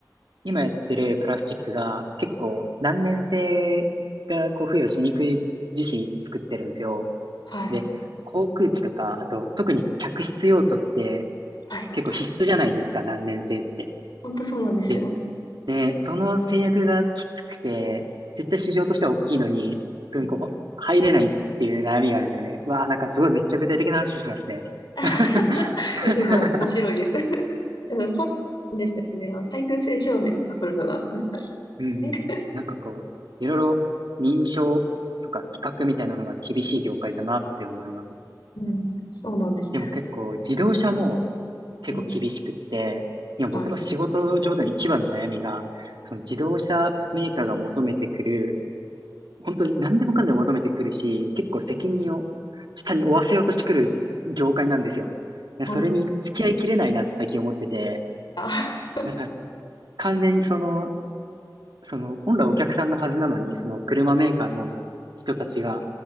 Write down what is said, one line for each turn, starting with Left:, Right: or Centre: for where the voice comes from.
Right: 今やってるプラスチックが結構難燃性がこう付与しにくい樹脂作ってるんですよ。
Left: はい。
Right: で、航空機とか、あと特に客室用途って
Left: はい。
Right: 結構必須じゃないですか、
Left: はい。
Right: 難燃性って。
Left: 本当そうなんですよ。
Right: で、ね、その制約がきつくて、絶対市場としては大きいのに、すぐここ入れないっていう悩みがあるんですよね。
Left: うん。
Right: うわあ、なんかすごいめっちゃ具体的な話してますね。
Left: <laughs>
Right: <laughs>
Left: いや、でも面白いです。<laughs> あの、そうなんですよね。あの対空性証明とか取るのが難しい。
Right: うんうん。
Left: <laughs>
Right: なんかこう、いろいろ認証とか規格みたいなのが厳しい業界だなって思います。
Left: うん、そうなんです。
Right: でも結構自動車も結構厳しくって、
Left: うん。
Right: 今僕の仕事上での一番の悩みが、
Left: はい。
Right: その自動車メーカーが求めてくる、本当に何でもかんでも求めてくるし、結構責任を下に負わせようとしてくる業界なんですよ。いやそれに付き合いきれないなって最近思ってて、
Left: あの、あ、<laughs>
Right: なんか完全にそのその、本来お客さんのはずなのに、その車メーカーの人たちが